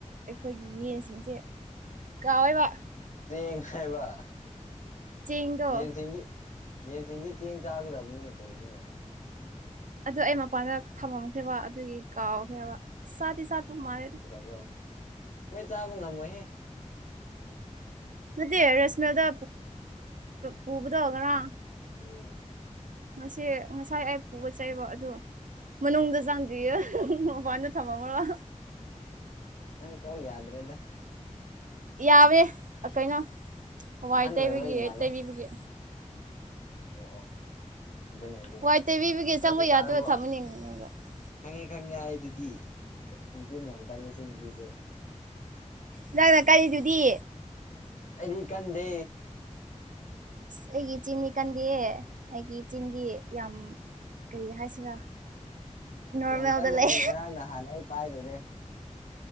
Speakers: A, on the right; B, on the left.
A: ꯑꯩꯈꯣꯏꯒꯤ ꯌꯦꯟꯁꯤꯡꯁꯦ ꯀꯕꯕ
B: ꯆꯦꯡ ꯍꯥꯏꯕ
A: ꯆꯦꯡꯗꯣ
B: ꯌꯦꯟꯁꯤꯡꯗꯤ ꯌꯦꯟꯁꯤꯡꯗꯤ ꯆꯦꯡ ꯆꯥꯒꯗꯕꯅꯤꯅꯦ ꯀꯔꯤꯅꯣ
A: ꯑꯗꯨꯗ ꯑꯩ ꯃꯄꯥꯟꯗ ꯊꯝꯃꯝꯈ꯭ꯔꯦꯕ ꯑꯗꯨꯒꯤ ꯀꯥꯎꯈ꯭ꯔꯦꯕ ꯑꯁ ꯆꯥꯗꯤꯦ ꯆꯥꯄ ꯃꯥꯜꯂꯦ
B: ꯕꯣ ꯃꯣꯏ ꯆꯥꯕ ꯉꯝꯃꯍꯦ
A: ꯅꯠꯇꯦ ꯔꯁꯃꯦꯜꯗ ꯄꯨꯕꯗꯣ ꯉꯔꯥꯡ
B: ꯎꯝ
A: ꯉꯁꯤ ꯉꯁꯥꯏ ꯑꯩ ꯄꯨꯕ ꯆꯩꯕ ꯑꯗꯣ ꯃꯅꯨꯡꯗ ꯆꯪꯗ꯭ꯌꯦ ꯕꯥꯣꯏꯅ ꯊꯝꯕ ꯑꯃꯔꯣ
B: ꯅꯪ ꯀꯣꯜ ꯌꯥꯗ꯭ꯔꯗ
A: ꯌꯥꯋꯦ ꯀꯩꯅꯣ ꯋꯥꯏ
B: ꯑꯍꯟ
A: ꯇꯩꯕꯒꯤ
B: ꯑꯣꯏꯕꯒꯤ ꯃꯥꯜꯂꯦ
A: ꯇꯩꯕꯤꯕꯒꯤ
B: ꯑꯣ ꯑꯣ ꯑꯗꯨꯅꯤ ꯑꯗꯨꯅꯤ
A: ꯋꯥꯏ ꯇꯩꯕꯤꯕꯒꯤ
B: ꯆꯥꯛꯀ
A: ꯆꯪꯕ
B: ꯆꯥꯔꯕꯣ
A: ꯌꯥꯗꯕ ꯊꯝꯃꯅꯤ ꯎꯝ
B: ꯈꯪꯉꯦ ꯈꯪꯉꯦ ꯍꯥꯏ ꯑꯗꯨꯗꯤ ꯅꯨꯆꯤꯟ ꯌꯥꯝ ꯀꯂꯦ ꯁꯤ ꯅꯨꯄꯤꯁꯦ
A: ꯅꯪꯅ ꯀꯔꯤꯗꯨꯗꯤ
B: ꯑꯩꯗꯤ ꯀꯟꯗꯦ
A: ꯑꯁ ꯑꯩꯒꯤ ꯆꯤꯟꯅꯤ ꯀꯟꯗꯦꯌꯦ ꯑꯩꯒꯤ ꯆꯤꯟꯗꯤ ꯌꯥꯝ ꯀꯔꯤ ꯍꯥꯏꯁꯤꯔꯥ ꯅꯣꯔꯃꯦꯜꯗ
B: ꯌꯥꯝ ꯀꯜꯂꯦ
A: ꯂꯩ
B: ꯉꯔꯥꯡ ꯅꯍꯥꯟꯅ ꯑꯩ ꯄꯥꯏꯔꯨꯔꯦ